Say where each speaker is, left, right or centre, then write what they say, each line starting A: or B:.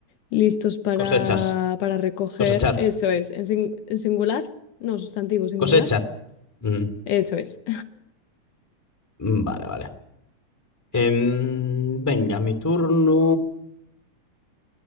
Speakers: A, on the left (about 70°); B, in the centre.
A: listos para,
B: Cosechas,
A: para recoger,
B: cosechar,
A: eso es. ¿En, sin- en singular? No, sustantivo singular.
B: cosecha. Mm,
A: Eso es.
B: mm, Vale, vale. Em, venga, mi turno.